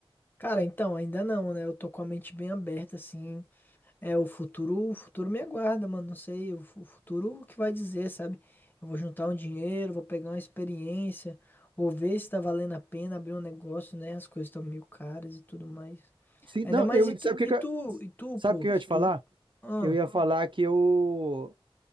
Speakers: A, on the left; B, on the right.
A: Cara, então, ainda não, né? Eu tô com a mente bem aberta, assim. É, o futuro, o futuro me aguarda, mano. Não sei, o fu- o futuro que vai dizer, sabe? Eu vou juntar um dinheiro, vou pegar uma experiência, vou ver se tá valendo a pena abrir um negócio, né? As coisas estão meio caras e tudo mais.
B: Sim,
A: Ainda
B: não,
A: mais
B: eu.
A: e tu,
B: Sabe o que
A: e
B: que eu-
A: tu, e tu,
B: Sabe
A: pô,
B: o que eu
A: que
B: ia te
A: tu.
B: falar?
A: Ah,
B: Eu ia falar que eu.